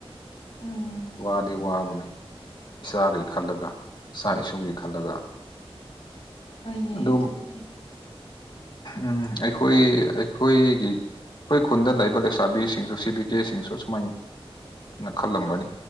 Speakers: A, on the left; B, on the left.
A: ꯎꯝ
B: ꯋꯥꯗꯤ ꯋꯥꯕꯅꯤ ꯏꯆꯥꯒꯤ ꯈꯜꯂꯒ ꯏꯆꯥ ꯏꯁꯨꯒꯤ ꯈꯜꯂꯒ
A: ꯍꯣꯏꯅꯦ
B: ꯑꯗꯨꯝ
A: ꯑꯗꯨꯕꯨꯗꯤ
B: ꯎꯝ ꯑꯩꯈꯣꯏ ꯑꯩꯈꯣꯏꯒꯤ ꯑꯩꯈꯣꯏ ꯈꯨꯟꯗ ꯂꯩꯕ ꯂꯩꯁꯥꯕꯤꯁꯤꯡꯁꯨ ꯁꯤ ꯕꯤ ꯗꯔꯦꯁꯁꯤꯡꯁꯨ ꯁꯨꯃꯥꯏꯅ ꯈꯜꯂꯝꯒꯅꯤ